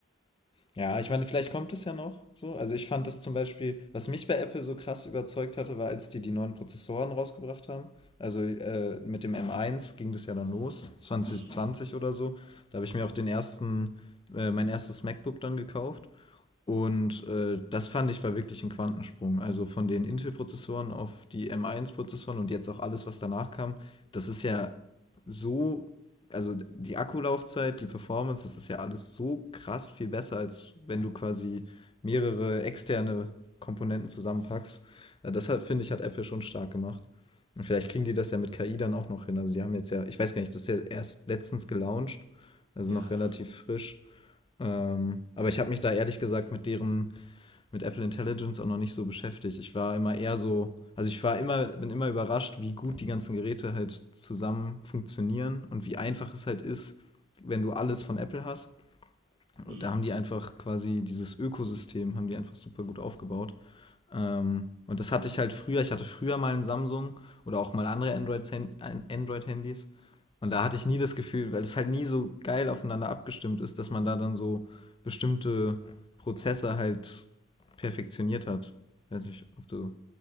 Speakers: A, on the left (about 25°); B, on the right (about 70°).
A: Ja, ich meine, vielleicht kommt es ja noch so. Also ich fand das zum Beispiel, was mich bei Apple so krass überzeugt hatte, war, als die die neuen Prozessoren rausgebracht haben. Also äh, mit dem M1 ging das ja dann los, 2020
B: Hm,
A: oder so. Da habe ich mir auch den ersten, äh, mein erstes MacBook dann gekauft. Und, äh, das fand ich war wirklich ein Quantensprung. Also, von den Intel-Prozessoren auf die M1-Prozessoren und jetzt auch alles, was danach kam, das ist ja so also, die Akkulaufzeit, die Performance, das ist ja alles so krass viel besser, als wenn du quasi mehrere externe Komponenten zusammenpackst. Äh, das finde ich, hat Apple schon stark gemacht. Und vielleicht kriegen die das ja mit KI dann auch noch hin. Also, die haben jetzt ja ich weiß gar nicht, das ist ja erst letztens gelauncht, also
B: ja,
A: noch relativ
B: ja.
A: frisch. Ähm, aber ich habe mich da ehrlich gesagt mit deren, mit Apple Intelligence auch noch nicht so beschäftigt. Ich war immer eher so, also ich war immer, bin immer überrascht, wie gut die ganzen Geräte halt zusammen funktionieren und wie einfach es halt ist, wenn du alles von Apple hast.
B: Hm.
A: Da haben die einfach quasi dieses Ökosystem, haben die einfach super gut aufgebaut. Ähm, und das hatte ich halt früher. Ich hatte früher mal ein Samsung oder auch mal andere Androids- Hand- Android-Handys. Und da hatte ich nie das Gefühl, weil es halt nie so geil aufeinander abgestimmt ist, dass man da dann so bestimmte Prozesse halt perfektioniert hat. Weiß nicht, ob du